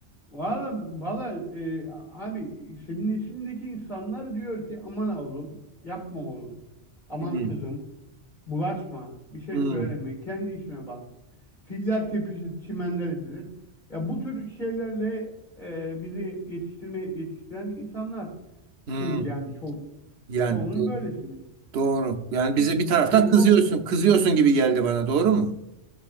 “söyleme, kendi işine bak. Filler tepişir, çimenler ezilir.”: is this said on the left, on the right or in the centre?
Left